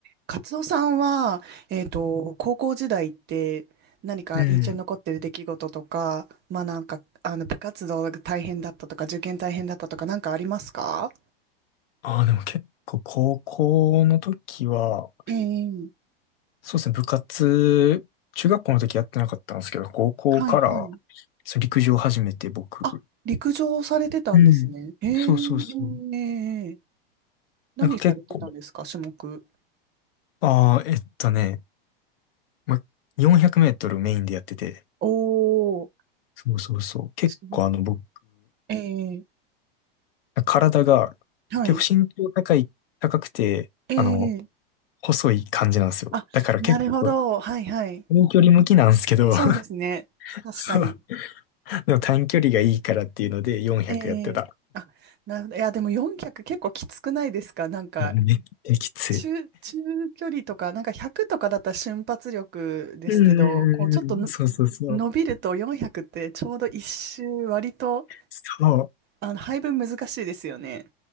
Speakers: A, on the right; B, on the left.
A: カツオさんは、えっと、高校時代って何か印象に残ってる出来事とか、
B: うん。
A: まあなんか、あの、部活動が大変だったとか、受験大変だったとか、なんかありますか
B: ああ、でも結構高校の時は、
A: ええ
B: そうですね、部活、中学校の時やってなかったんですけど、高校から
A: はいはい。
B: そう陸上を始めて僕、
A: あ、陸上されてたんですね。
B: うん。
A: えええ
B: そうそうそう。
A: えええ何されてたんですか、
B: なんか結構、
A: 種目。
B: ああ、えっとね、ま、400メートルメインでやってて、
A: おー、
B: そうそうそう、結構あの僕、
A: すごい。ええ
B: 体が結構身長高い、
A: はい。
B: 高くて、
A: ええ
B: あの、細い感じなんですよ。
A: あ、
B: だから結構
A: なるほど。はいはい。
B: 遠距離向きなんですけど、
A: そうですね。
B: <laughs>
A: 確かに。
B: そう。でも短距離がいいからっていうので400やってた。
A: ええあ、なるほど。いや、でも400結構きつくないですかなんか、
B: いや、めっちゃきつい。
A: 中、中距離とか、なんか100とかだったら瞬発力ですけど、
B: うんうんうんうん。
A: こう、ちょっとの
B: そうそうそう。
A: 伸びると400ってちょうど一周割と、
B: そう。
A: あの、配分難しいですよね。